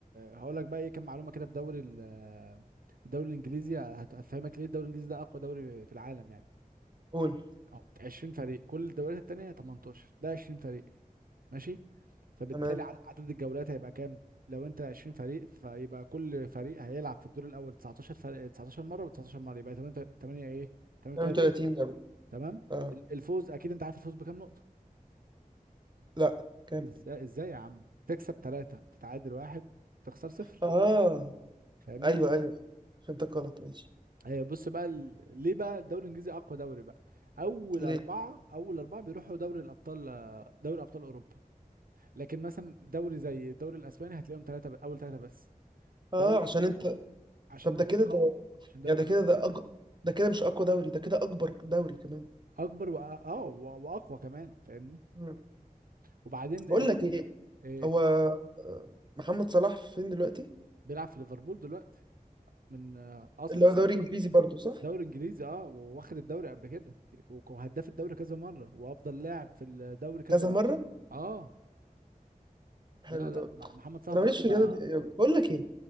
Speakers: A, on the right; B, on the right.
A: هقول لك بقى ايه كام معلومه كده في دوري ال- آه، الدوري الانجليزي هتفهمك ليه الدوري الانجليزي ده اقوى دوري في العالم يعني
B: قول
A: اهو 20 فريق كل الدوريات التانية 18 ده 20 فريق ماشي فبالتالي
B: تمام
A: عد- عدد الجولات هيبقى كام لو انت 20 فريق فيبقى كل فريق هيلعب في الدور الاول 19 فريق 19 مره و19 مره يبقى 8 8 ايه 38
B: 32 جول
A: تمام
B: اه
A: ال- الفوز اكيد انت عارف الفوز بكام نقطه
B: لا كام
A: ازاي ازاي يا عم تكسب ثلاثة تتعادل واحد تخسر صفر
B: اه
A: فاهمني
B: ايوه ايوه فهمتك غلط ماشي
A: آه، بص بقى ال... ليه بقى الدوري الانجليزي اقوى دوري بقى اول
B: ليه
A: اربعة اول اربعة بيروحوا دوري الابطال آه، دوري ابطال اوروبا لكن مثلا دوري زي الدوري الاسباني هتلاقيهم ثلاثة ب... اول ثلاثة بس
B: اه
A: دوري
B: عشان انت
A: عشان
B: طب ده
A: دوري
B: كده
A: قوي
B: ده
A: عشان دوري
B: يعني ده
A: قوي
B: كده ده أج... ده كده مش اقوى دوري ده كده اكبر دوري كمان
A: اكبر و... اه و... واقوى كمان فاهمني
B: مم.
A: وبعدين
B: بقول
A: آه،
B: لك ايه
A: آه،
B: هو آه، محمد صلاح فين دلوقتي
A: بيلعب في ليفربول دلوقتي من آه، اصلا
B: اللي هو
A: لسه
B: دوري انجليزي برضو صح
A: دوري انجليزي اه واخد الدوري قبل كده وهداف الدوري كذا مره وافضل لاعب في الدوري كذا
B: كذا
A: مره
B: مره
A: اه
B: حلو
A: لا لا
B: ده
A: مع- محمد صلاح
B: انا
A: دلوقتي
B: ماليش في
A: بقى
B: الرياضه دي أوي. بقول لك ايه